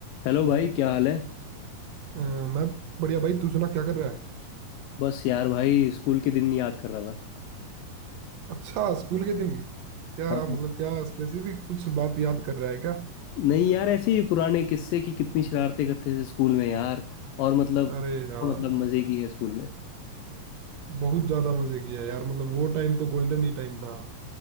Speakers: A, on the left; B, on the right.
A: Hello भाई क्या हाल है
B: अ, मैं बढ़िया भाई तू सुना क्या कर रहा है
A: बस यार भाई स्कूल के दिन याद कर रहा था
B: अच्छा स्कूल के दिन क्या
A: हाँ
B: मतलब क्या स्पेसिफिक कुछ बात याद कर रहा है क्या
A: नहीं यार ऐसे ही पुराने किस्से की कितनी शरारतें करते थे स्कूल में यार और मतलब
B: अरे
A: हाँ,
B: यार
A: मतलब मजे की है स्कूल में
B: बहुत ज्यादा मजे किया यार मतलब वो टाइम तो गोल्डन ही टाइम था